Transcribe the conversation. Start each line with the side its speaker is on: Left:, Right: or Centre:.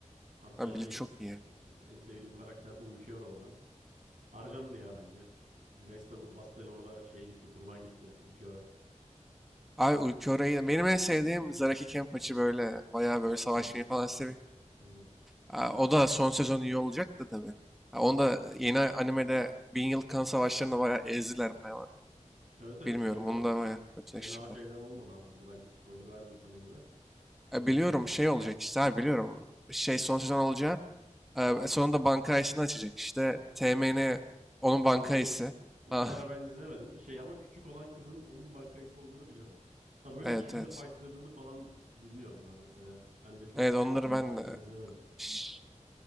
Right: Hatta
Centre: Abi
Right: şey
Centre: Bleach çok iyi.
Right: en sevdiğim karakter de Ulquiorra oradan. Harcandı ya bence. Vestel, Vastel orada şey gitti kurban gitti Ulquiorra.
Centre: Abi Ulquiora'yı benim en sevdiğim Zaraki Kenpachi böyle bayağı
Right: O
Centre: böyle savaşmayı
Right: Kempich.
Centre: falan seviyor.
Right: Aynen.
Centre: Ha, o da son sezon iyi olacak da tabii. Ha, onu da yeni animede Bin Yıl Kan Savaşları'nda bayağı ezdiler falan.
Right: Evet evet
Centre: Bilmiyorum
Right: sonra
Centre: onu da bayağı kötüleştirdiler.
Right: fena şeyler olmadı ama orada ben spoiler vermeyeyim sana yine de. Ben
Centre: E,
Right: izledim
Centre: biliyorum
Right: çünkü.
Centre: şey olacak işte abi biliyorum. Şey son sezon olacağı e, sonunda bankayısını açacak işte. TMN onun bankayısı.
Right: Onu o
Centre: Ha,
Right: kadar ben izlemedim. Şey ama küçük olan kızın onun bankayısı olduğunu biliyorum.
Centre: <laughs>
Right: Tabii böyle
Centre: evet
Right: kimle
Centre: evet.
Right: fightladığını falan bilmiyorum daha mesela. Ben de çok
Centre: Evet onları ben
Right: son bölümünü
Centre: de...
Right: izlemedim.
Centre: Şş,